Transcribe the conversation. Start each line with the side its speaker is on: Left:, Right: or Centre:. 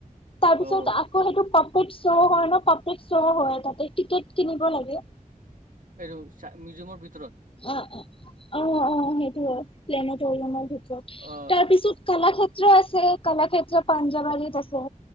Left: তাৰ
Right: অ
Left: পিছত আকৌ সেইটো প ফুড শ্বৱ হয় ন পাব্লিক শ্বৱ হয় তাতে টিকেট কিনিব লাগে।
Right: এইটো চা মিউজিয়মৰ ভিতৰত।
Left: অ', অ', অ', অ', সেইটো প্লেনটৰিয়ামৰ ভিতৰত
Right: অ
Left: তাৰ পিছত কলাক্ষেত্ৰ ক্ষেত্ৰ আছে কলাক্ষেত্ৰ পাঞ্জাবাৰীত আছে।